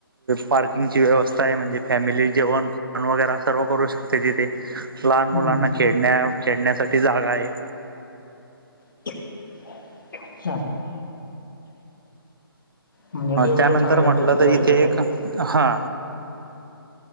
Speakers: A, on the right; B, on the left.
A: पार्क किंगची व्यवस्था आहे, म्हणजे फॅमिली जेवणं वगैरा सर्व करू शकते तिथे. लहान मुलांना
B: हं.
A: खेळण्या खेळण्यासाठी जागा आहे.
B: <unintelligible> म्हणजे डेवलप
A: त्यानंतर
B: चांगल्यापैकी
A: म्हटलं तर
B: झालेलं
A: इथे
B: आहे बवा.
A: एक हा.